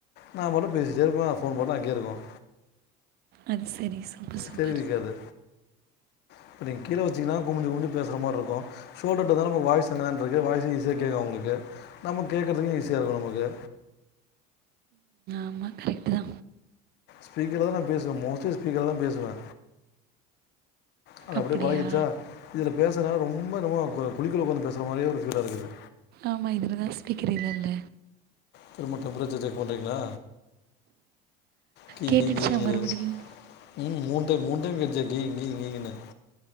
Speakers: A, on the left (about 55°); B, on the right (about 50°).
A: நா பாட்ல பேசிட்டே இருப்பே ஃபோன் பாட்ல அங்கயே இருக்கும்
B: அது சரி சூப்பர் சூப்பர்
A: தெரிவிக்காது இப்ப நீங்க கீழ வச்சீங்கன்னா குமிஞ்சு குமிஞ்சு பேசற மாறி இருக்கும் ஷோல்ர்ட்ட தானே நம்ம வாய்சும் அங்க தான இருக்கு வாய்சும் ஈஸியா கேக்கும் அவங்களுக்கு நமக்கு கேக்கறதுக்கும் ஈஸியா இருக்கும் நமக்கு
B: ஆமா கரெக்டு தா
A: ஸ்பீக்கர்ல தா நா பேசுவே மோஸ்லி ஸ்பீக்கர்ல தா பேசுவே அது
B: அப்படியா
A: அப்படியே பழகிடுச்சா இதுல பேசறதுனால ரொம்ப என்னமோ குழிக்குள்ள உக்காந்து பேசர மாறியே ஒரு ஃபீலா இருக்குது
B: ஆமா இதுல தா ஸ்பீக்கர் இல்லல்ல
A: திரும்ப டெம்பரேச்சர் செக் பண்றீங்ளா கீங்
B: கேட்டுடுச்சா
A: கீளின் கீங் குது
B: மறுபடியும்
A: ம் மூன் டைம் மூன் டைம் கேட்டுச்சே கீங் கீங் கீங்ன்னு